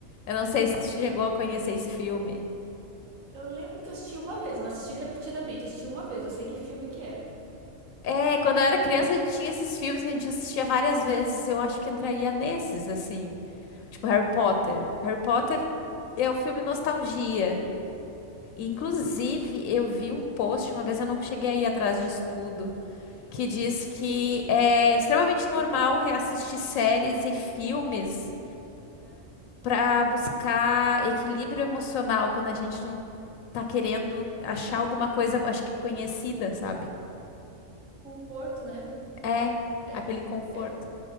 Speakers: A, on the left; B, on the right.
A: Eu não sei se tu chegou a conhecer esse filme.
B: Eu lembro que eu assisti uma vez, não assisti repetidamente, assisti uma vez, eu sei que filme que é.
A: É, quando eu era criança, a gente tinha esses filmes que a gente assistia várias vezes. Eu acho que entraria nesses, assim. Tipo Harry Potter. Harry Potter é o filme nostalgia. E, Inclusive, eu vi um post, uma vez eu não cheguei a ir atrás disso tudo, que diz que é extremamente normal reassistir séries e filmes para buscar equilíbrio emocional quando a gente não tá querendo achar alguma coisa, acho que conhecida, sabe?
B: Conforto, né?
A: É,
B: É,
A: aquele conforto.
B: é, qua-